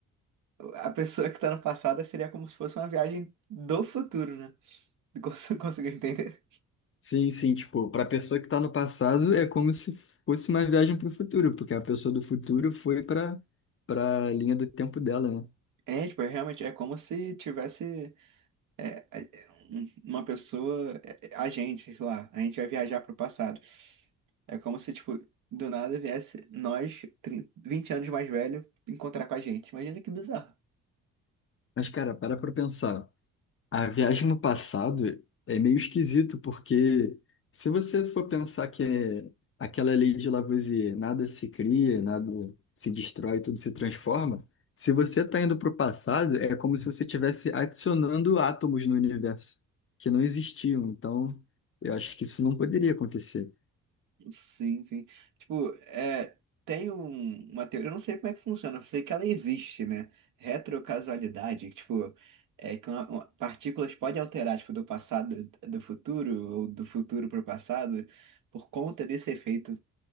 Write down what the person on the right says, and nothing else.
a pessoa que tá no passado seria como se fosse uma viagem do futuro, né? Cons- <laughs> Conseguiu entender?
É, tipo, é realmente é como se tivesse é, é, um- uma pessoa, é, é, a gente, sei lá, a gente vai viajar pro passado. É como se, tipo, do nada viesse nós, 30, 20 anos mais velho, encontrar com a gente. Imagina que bizarro.
Sim, sim. Tipo, é, tem um- uma teoria, eu não sei como é que funciona, eu sei que ela existe, né? Retrocausalidade, que, tipo, é que uma- uma- partículas podem alterar, tipo, do passado do futuro ou do futuro para o passado por conta desse efeito.